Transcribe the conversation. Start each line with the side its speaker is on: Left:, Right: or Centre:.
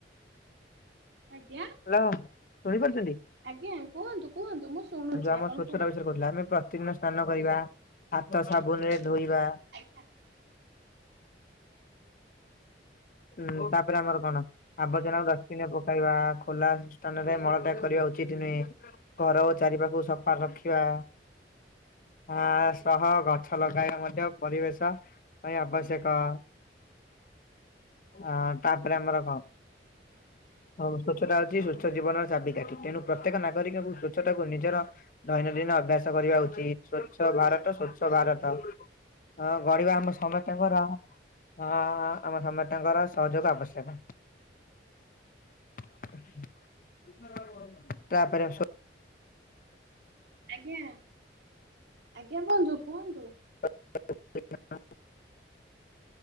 Right: ଆଜ୍ଞା।
Left: ହାଲୋ ଶୁଣିପାରୁଚନ୍ତି।
Right: ଆଜ୍ଞା କୁହନ୍ତୁ କୁହନ୍ତୁ ମୁଁ ଶୁଣୁଚି
Left: ଆମ
Right: ଆପଣ କୁହନ୍ତୁ।
Left: <unintelligible> ଆମେ ପ୍ରତିଦିନ ସ୍ନାନ କରିବା ହାତ
Right: ଆଜ୍ଞା।
Left: ସାବୁନ ରେ ଧୋଇବା।
Right: <unintelligible>
Left: ଉଁ ତାପରେ ଆମର କଣ ଆବର୍ଜନା କୁ ଡଷ୍ଟବିନରେ ପକେଇବା। ଖୋଲା ସ୍ଥାନରେ ମଳତ୍ୟାଗ କରିବା ଉଚିତି ନୁହେଁ। ଘର ଓ ଚାରିପାଖକୁ ସଫା ରଖିବା। ଆଁ ସହ ଗଛ ଲଗାଇବା ମଧ୍ୟ ପରିବେଶ ପାଇଁ ଆବଶ୍ୟକ। ଅଁ ତାପରେ ଆମର କଁ ଆଉ ସଚ୍ଛତା ଅଛି ସଚ୍ଛ ଜୀବନର ଚାବିକାଠି। ତେଣୁ ପ୍ରତ୍ୟେକ ନାଗରିକଙ୍କୁ ସଚ୍ଛତାକୁ ନିଜର ଦୈନନ୍ଦିନ ଅଭ୍ୟାସ କରିବା ଉଚିତ୍ ସ୍ଵଚ୍ଛ ଭାରତ ସ୍ବଚ୍ଛ ଭାରତ। ଅଁ ଗଡିବା ଆମ ସମସ୍ତିଙ୍କର ଅଁ ଆମ ସମସ୍ତଙ୍କର ସହଯୋଗ ଆବଶ୍ୟକ। <unintelligible> ତାପରେ ସ୍ବ
Right: ଆଜ୍ଞା ଆଜ୍ଞା ବନ୍ଧୁ କୁହନ୍ତୁ।
Left: <inaudible> <unintelligible>